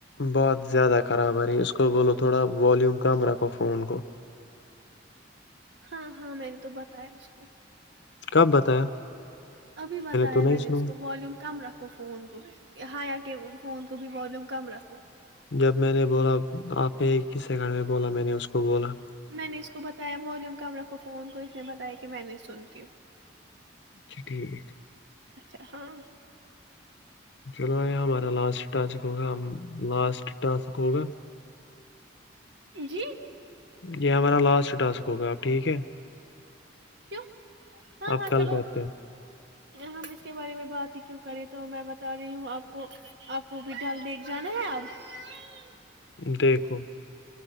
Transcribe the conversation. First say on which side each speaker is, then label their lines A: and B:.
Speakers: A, on the left; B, on the right.
A: بہت زیادہ خراب ہے رہی ہے اس کو بولو تھوڑا والیوم کم رکھو فون کو
B: ہاں ہاں میں نے تو بتایا اس کو
A: کب بتایا
B: ابھی بتایا
A: تو نہیں
B: میں نے
A: سنا
B: اس کو والیوم کم رکھو فون کو ہیا کے فون کو بھی والیوم کم رکھو کو <inaudible>
A: جب میں نے بولا آپ نے ایک <unintelligible> کسے گھر میں بولا میں نے اس کو بولا <unintelligible>
B: میں نے اس کو بتایا والیوم کم رکھو فون کو اس نے بتایا کہ میں نہیں سنتی ہوں <unintelligible>
A: اچھا ٹھیک <unintelligible>
B: اچھا ہاں
A: چلو یہ ہمارا لاسٹ ٹانچک ہوگا ہم لاسٹ ٹانچک ہوگا <unintelligible>
B: جی <unintelligible>
A: یہ ہمارا لاسٹ ٹاسک ہوگا آپ ٹھیک ہے <unintelligible>
B: کیوں <unintelligible> ہاں
A: آپ
B: ہاں
A: کل
B: چلو
A: کرتے ہیں <unintelligible>
B: ہم اس کے بارے میں بات ہی کیوں کریں تو میں بتا رہی ہوں آپ کو آپ کو بھی ڈل دیکھ جانا ہے آب <unintelligible>
A: دیکھو <unintelligible>